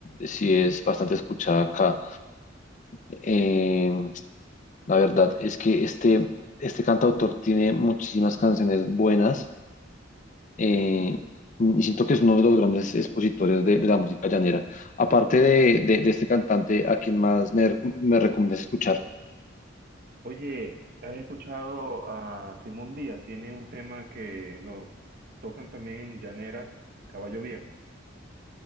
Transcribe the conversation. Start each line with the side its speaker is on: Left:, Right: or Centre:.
Left: sí es bastante escuchada acá. Eh, la verdad es que este, este cantautor tiene muchísimas canciones buenas eh, y siento que es uno de los grandes expositores de, de la música llanera. Aparte de, de- de este cantante, ¿a quien más me, recom- me recomiendas escuchar?
Right: Oye, ¿has escuchado a Simón Díaz? Tiene un tema que lo tocan también en llanera, Caballo Viejo.